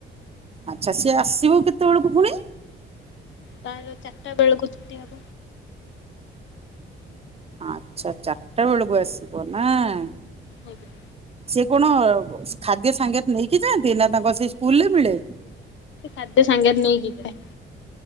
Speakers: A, on the right; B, on the left.
A: ଆଚ୍ଛା ସିଏ ଆସିବ କେତେବେଳକୁ ପୁଣି?
B: ତାର ଚାରିଟା ବେଳକୁ ଛୁଟି ହବ
A: ଆଚ୍ଛା ଚାରିଟା ବେଳକୁ ଆସିବ ନାଁ।
B: ଆଜ୍ଞା।
A: ଆପଣ ଉ ଖାଦ୍ୟ ସାଙ୍ଗେରେ ନେଇକି ଯାଆନ୍ତି ନା ତାଙ୍କ ସେଇ ସ୍କୁଲରେ ମିଳେ?
B: ଖାଦ୍ୟ ସାଙ୍ଗରେ ନେଇକିଯାଏ।